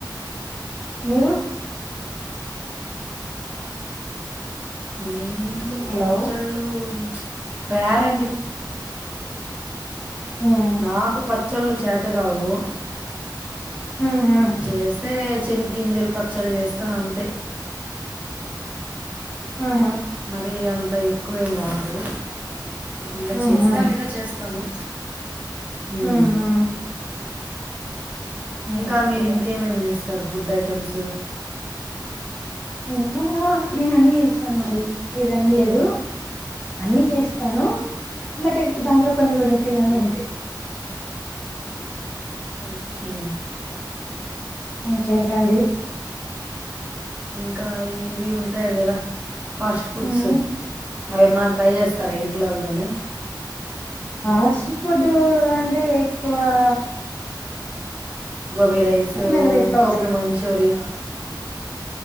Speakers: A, on the left (about 15°); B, on the right (about 15°).
A: మీరు
B: నే నేను
A: హలో
B: పచ్చళ్ళు. రేరండి
A: ఉమ్
B: నాకు పత్ చ్చళ్ళు చేత కావు
A: ఉమ్ ఉమ్
B: మ్మ్ చేస్తే చెనిగ్ గింజలు పచ్చడి చేస్తాను అంత్ తే
A: ఆ
B: మరి అంత ఎక్కువేం రాదు ఇలా
A: ఉమ్
B: చేస్తే
A: ఉమ్
B: ఆ విధ చేస్తాను మ్మ్
A: ఉమ్ ఉమ్ ఉమ్
B: ఇంకా
A: ఓకే
B: మీరు ఇంకేమేం చేస్తారు ఫుడ్ ఐటెమ్స్
A: ఇంకా నేను అన్నిీ చేస్తాను అండి ఇదన్ని లేదు అన్నిీ చేస్తాను బట్ దాంట్లో కొన్ని కొని తిననుంతే
B: ఓకే ఓకే
A: ఇంకేంటండి
B: ఇంకా ఇవి ఉంటాయి కదా ఫాస్ట్ ఫుడ్స్
A: ఉమ్
B: అవి ఏమన్నా ట్రై చేస్తారా ఇంట్లల్లోనే
A: ఆస్ట్ ఫుడ్ అంటే తువ్వావ
B: గోబీ రైస్
A: తిన్న కదా ఎప్పుడో
B: గోబి
A: ఒకసారి
B: మంచూరి సరే